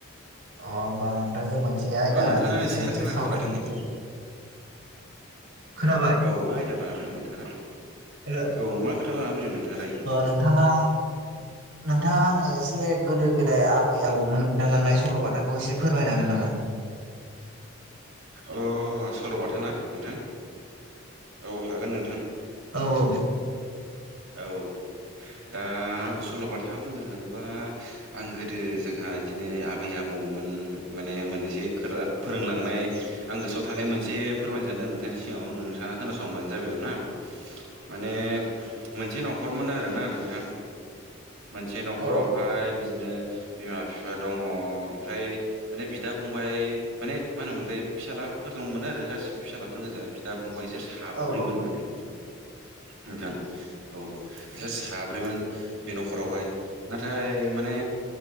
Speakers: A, on the right; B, on the right.
A: अ होमबा आं नोंथांजों मोनसे आयदानि
B: औ नोंथाङा एसे
A: सायावसो
B: नांथा नांथा
A: सावरायनो
B: खोनादोंमोन
A: खोनाबाय?
B: औ मा आयदा लाना फैदों नोंथांङा?
A: <unintelligible>
B: औ मा खोथालान फैदों नोंथांङादायो?
A: नोंथाङा नोंथाङा आङो एसे गोदो गोदाय आबै आबौमोन जालांनाय सल'बाथाखौ एसे फोरमायनो हागोन नामा?
B: अह सल'बाथा ना नोंथां औ हागोन नोंथां।
A: औ औ।
B: औ दा सल'बाथा बुंनो थाङोबा आं गोदो जोंहा बिदिनो आबै आबौमोन माने मोननैसो खोरा फोरोंलांनाय आं गोसोआव थानाय मोनसे फोरमायनो सानदों नोंथांनि सिगाङाव नोंथाङा खोनासंबानो जाबाय आरो ना।
A: <inaudible>
B: माने मोनसे न'खरमोन आरोना नोंथां मोनसे न'खरावहाय
A: औ
B: बिदिनो बिमा बिफा दंङ ओमफ्राय माने बिदा फंबाय माने मा होनोमोनलाय फिसालाफोर दं मोनो आरो गासिबो फिसालाफोर गोजा बिदा फंबा बिसोर साब्रैमोन
A: औ
B: माने नोंथां औ ए साब्रैमोन बे न'खरावहाय नाथाय माने